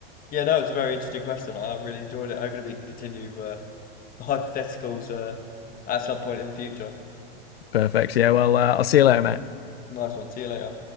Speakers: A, on the left; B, on the left.
A: Yeah, no, it's a very interesting question. I really enjoyed it. Hopefully, we can continue. Uh, The hypotheticals uh, at some point in the future.
B: Perfect. Yeah. Well, uh, I'll see you later, mate.
A: Nice one. See you later.